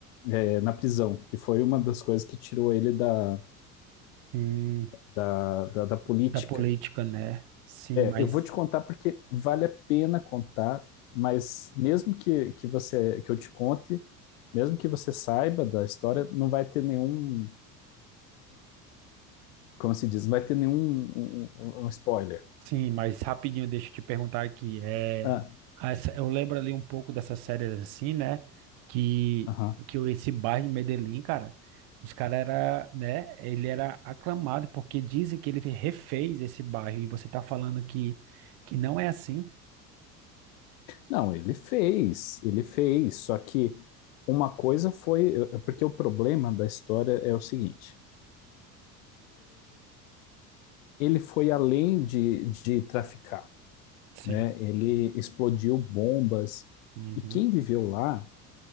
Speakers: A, on the left; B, on the right.
A: é, na prisão, que foi uma das coisas que tirou ele da,
B: Sim,
A: da, da da política.
B: da política, né? Sim, mas
A: Eu vou te contar porque vale a pena contar, mas mesmo que, que você que eu te conte, mesmo que você saiba da história, não vai ter nenhum, como se diz, não vai ter nenhum um, um um spoiler.
B: sim, mas rapidinho, deixa eu te perguntar aqui. É,
A: Ah,
B: essa- eu lembro ali um pouco dessas séries assim, né? Que,
A: aham.
B: que o esse bairro de Medellín, cara, os caras era, né? Ele era aclamado porque dizem que ele refez esse bairro e você tá falando que, que não é assim.
A: Não, ele fez, ele fez, só que uma coisa foi, eh, porque o problema da história é o seguinte, ele foi além de, de traficar,
B: Sim.
A: né? Ele explodiu bombas
B: Uhum.
A: e quem viveu lá